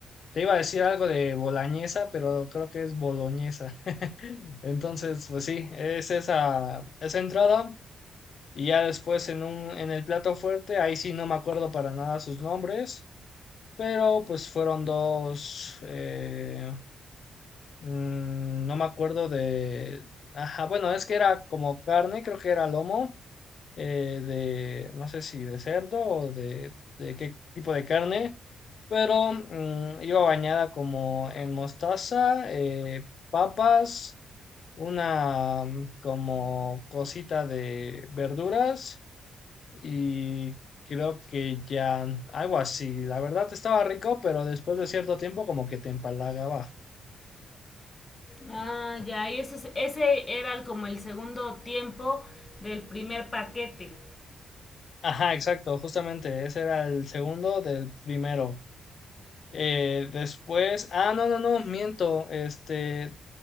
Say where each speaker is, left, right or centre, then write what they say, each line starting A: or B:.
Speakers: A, on the left; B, on the left.
A: Te iba a decir algo de boloñesa, pero creo que es boloñesa. <laughs> Entonces, pues sí, es esa, esa entrada. Y ya después en un, en el plato fuerte, ahí sí no me acuerdo para nada sus nombres, pero pues fueron dos, eh, mm, no me acuerdo de, ajá, bueno, es que era como carne, creo que era lomo, eh, de, no sé si de cerdo o de, de qué tipo de carne, pero mm, iba bañada como en mostaza, eh, papas, una mm, como cosita de verduras y creo que ya algo así. La verdad estaba rico, pero después de cierto tiempo como que te empalagaba.
B: Ah, ya, y ese, es- ese era el- como el segundo tiempo del primer paquete.
A: Ajá, exacto, justamente ese era el segundo del primero. Eh, después, ah, no, no, no, miento, este,